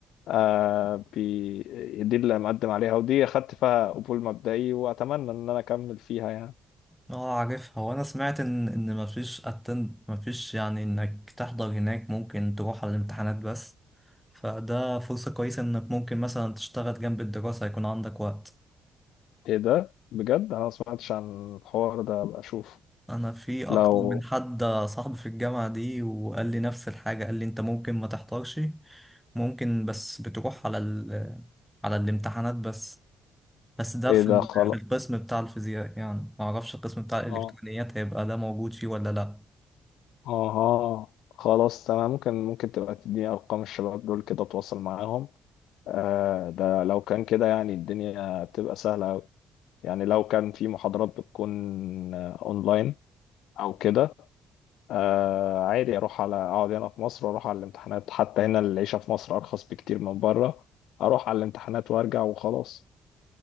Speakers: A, on the left; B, in the centre.
A: آه، بي- دي اللي مقدم عليها ودي أخدت فيها قبول مبدئي وأتمنى إن أنا أكمل فيها يعني
B: اه عارفها هو انا سمعت ان ان مفيش اتند مفيش يعني انك تحضر هناك ممكن تروح على الامتحانات بس فده فرصة كويسة انك ممكن مثلا تشتغل جنب الدراسة يكون عندك وقت
A: إيه ده بجد أنا ما سمعتش عن الحوار ده أبقى أشوف
B: انا في اكتر
A: لو
B: من حد صاحبي في الجامعة دي وقال لي نفس الحاجة قال لي انت ممكن ما تحضرش ممكن بس بتروح على ال على الامتحانات بس بس ده
A: إيه
B: في
A: ده
B: ال-
A: خلاص
B: في القسم بتاع الفيزياء يعني ما اعرفش القسم بتاع الالكترونيات
A: آه
B: هيبقى ده موجود فيه ولا لا
A: آه آه، خلاص تمام ممكن ممكن تبقى تديني أرقام الشباب دول كده أتواصل معاهم آه، ده لو كان كده يعني الدنيا بتبقى سهلة أوي يعني لو كان في محاضرات بتكون آه، أونلاين أو كده آه، عادي أروح على أقعد هنا في مصر وأروح على الامتحانات حتى هنا العيشة في مصر أرخص بكتير من بره أروح على الامتحانات وأرجع وخلاص